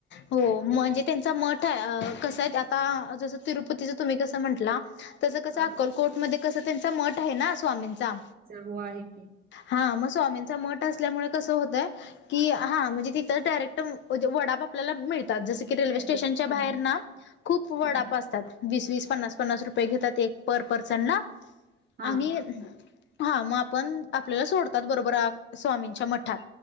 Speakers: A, on the left; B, on the right.
A: हो म्हणजे त्यांचा मठ आहे अ कस आहे आता जसं तिरुपतीच तुम्ही कसं म्हटला? त्याच कसं
B: हा
A: अक्कलकोटमध्ये कसं त्यांचा मठ आहे ना स्वामींचा?
B: च हो आहे की.
A: हा मग स्वामींचा मठ असल्यामुळे कसं होतय कि हा म्हणजे तिथं डायरेक्ट म वडापा आपल्याला मिळतात जस की रेल्वे
B: मिळतं
A: स्टेशनच्या
B: हा
A: बाहेर ना खूप वडाप
B: हा
A: असतात. वीस वीस पन्नास पन्नास रुपये घेतात एक पर पर्सन ला
B: हा हा
A: आणि हा मग आपण आपल्याला सोडतात बरोबर आ स्वामींच्या मठात